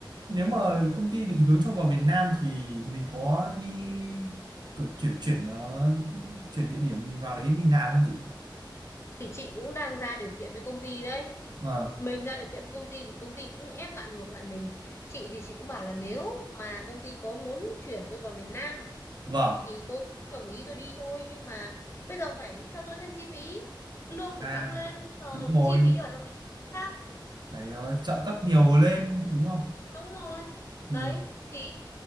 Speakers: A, on the right; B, on the left.
A: nếu mà công ty định hướng cho vào Việt Nam thì mình có đi cử- chuyển chuyển ờ, chuyển địa điểm mình vào đấy mình làm không chị?
B: thì chị cũng đang ra điều kiện với công ty đấy
A: Vâng,
B: mình ra điều kiện với công ty thì công ty cũng ép lại ngược lại mình chị thì chị cũng bảo là nếu mà công ty có muốn chuyển tôi vào miền Nam
A: vâng.
B: thì tôi đồng ý tôi đi thôi nhưng mà bây giờ phải cho tôi thêm chi phí lương phải
A: À,
B: tăng lên bây giờ
A: đúng rồi,
B: chi phí ở trong miền Nam khác
A: phải ờ, trợ cấp nhiều lên đúng không?
B: đúng rồi
A: Vì
B: đấy thì